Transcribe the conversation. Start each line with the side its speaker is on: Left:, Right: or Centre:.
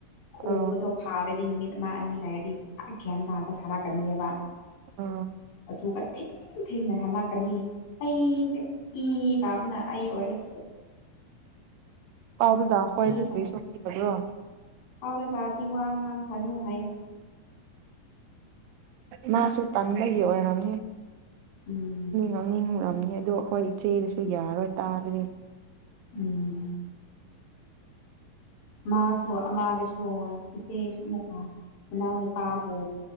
Left: ꯍꯨꯕꯗꯣ
Right: ꯑ
Left: ꯐꯥꯔꯗꯤ ꯅꯨꯃꯤꯠ ꯑꯃ ꯑꯅꯤ ꯍꯥꯏꯔꯗꯤ ꯒ꯭ꯌꯥꯟ ꯇꯥꯑꯕ ꯁꯥꯔꯥ ꯀꯅꯤꯕ
Right: ꯑ
Left: ꯑꯗꯨꯒ ꯊ ꯊꯦꯡꯅ ꯍꯜꯂꯛꯀꯅꯤ ꯑꯩꯁꯦ ꯏ ꯀꯥꯕꯅ ꯑꯩ ꯑꯣꯏ
Right: ꯄꯥꯎꯗꯨꯗ ꯑꯩꯈꯣꯏꯗꯤ
Left: ꯁ
Right: ꯀꯔꯤꯁꯨ ꯍꯩꯇꯕ꯭ꯔꯣ
Left: ꯄꯥꯎꯗꯗꯥꯗꯤ ꯋꯥ ꯉꯥꯡꯈꯥꯅꯨ ꯍꯥꯏꯌꯦ
Right: ꯃꯥꯁꯨ ꯇꯟꯕꯒꯤ ꯑꯣꯏꯔꯝꯅꯤ
Left: ꯎꯝ
Right: ꯉꯥꯡꯅꯤꯡꯅꯤ <unintelligible> ꯑꯗꯣ ꯑꯩꯈꯣꯏ ꯏꯆꯦꯗꯨꯁꯨ ꯌꯥꯔꯔꯣꯏ ꯇꯥꯔꯗꯤ
Left: ꯎꯝ ꯃꯥꯁꯨ ꯑꯃꯗꯁꯨ ꯏꯆꯦꯁꯨ ꯃꯅꯥꯎꯅꯨꯄꯥꯕꯨ